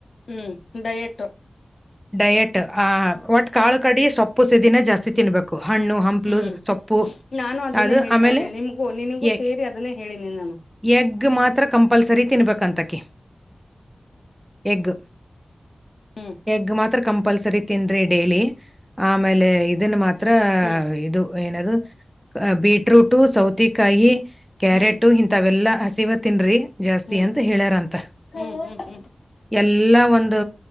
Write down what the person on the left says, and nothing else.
ಹೂ ದಯಟ್ಟು
ಹ್ಮ್
ನಾನು ಅದನ್ನೇ
ಹೇಳ್ತಾ
ಇದ್ದೆ ನಿಮ್ಗೂ ನಿನಗೂ
ಸೇರಿ ಅದನ್ನೇ ಹೇಳಿನಿ ನಾನು
ಹ್ಮ್
ಹ್ಮ್
ಹ್ಮ್
ಹ್ಮ್
ಹ್ಮ್ ಹ್ಮ್